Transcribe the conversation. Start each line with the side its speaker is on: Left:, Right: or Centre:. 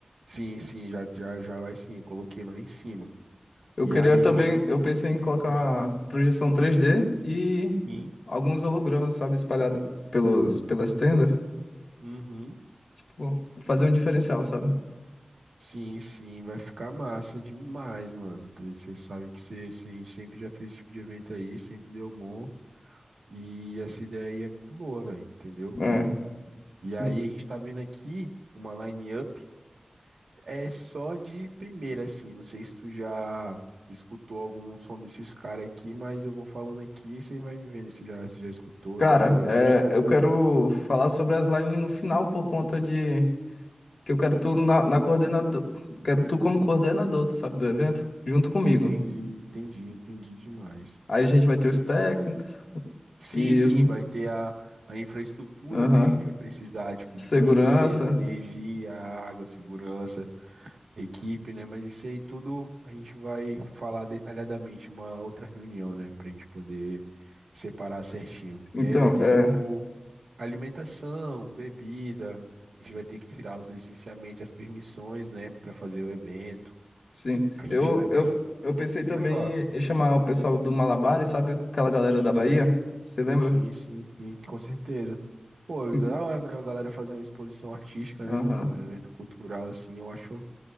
Right: Sim, sim, já, já, já vai sim, coloquei lá em cima.
Left: Eu
Right: E
Left: queria
Right: aí a
Left: também.
Right: gente
Left: Eu pensei em colocar
Right: vai falar,
Left: projeção 3D e
Right: sim,
Left: alguns hologramas, sabe, espalhados pelos, pelas tendas.
Right: uhum,
Left: Pô, Fazer um diferencial, sabe?
Right: sim, sim, vai ficar massa demais, mano. Então, Você sabe que você, você sempre já fez esse tipo de evento aí, sempre deu bom. E essa ideia aí é muito boa, velho, entendeu?
Left: É.
Right: E aí
Left: Do-
Right: a gente tá vendo aqui uma line-up É só de primeira, assim. Não sei se tu já escutou algum som desses caras aqui, mas eu vou falando aqui e você vai me vendo se já, se já escutou
Left: Cara,
Right: e tal. Eu
Left: é,
Right: acho que
Left: eu quero falar sobre as lines no final por conta de. Que eu quero tu na, na coordenador. Quero tu como coordenador, tu sabe, do evento, junto comigo.
Right: entendi, entendi, entendi demais.
Left: Aí a gente vai ter os técnicos
Right: Sim,
Left: e
Right: sim,
Left: os-
Right: vai ter a, a infraestrutura,
Left: aham,
Right: né? A gente vai precisar, tipo,
Left: segurança.
Right: de banheiro, energia, água, segurança, equipe, né? Mas isso aí tudo a gente vai falar detalhadamente em uma outra reunião, né? Pra gente poder separar certinho.
Left: Então,
Right: E aí vai ter,
Left: é,
Right: tipo, Alimentação, bebida, a gente vai ter que tirar os licenciamentos, as permissões, né, para fazer o evento.
Left: sim.
Right: A gente
Left: Eu,
Right: vai precisar.
Left: eu, eu pensei também
Right: Pode falar.
Left: em chamar o pessoal do Malabares, sabe? Aquela galera
Right: Sim,
Left: da Bahia. Você lembra?
Right: sim, sim, sim, com certeza. Pô,
Left: Hum,
Right: da hora, né, a galera fazer uma exposição artística,
Left: Aham.
Right: né, mano, um evento cultural assim, eu acho,